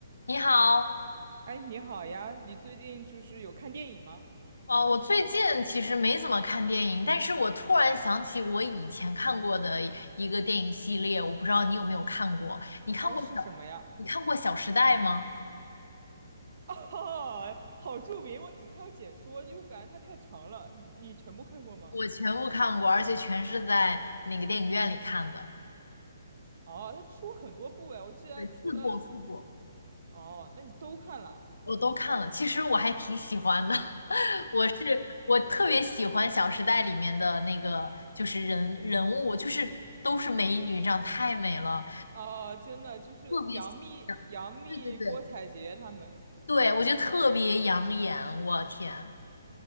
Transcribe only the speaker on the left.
你好，
哦，我最近其实没怎么看电影，但是我突然想起我以前看过的一一个电影系列，我不知道你有没有看过？你看过小，
你看过《小时代》吗？
我全部看过，而且全是在那个电影院里看的。
对，四部四部
我都看了，其实我还挺喜欢的。<laughs> 我是我特别喜欢《小时代》里面的那个，就是人人物，就是都是美女，这样太美了，
特别想，
对对对。
对，我觉得特别养眼，我天，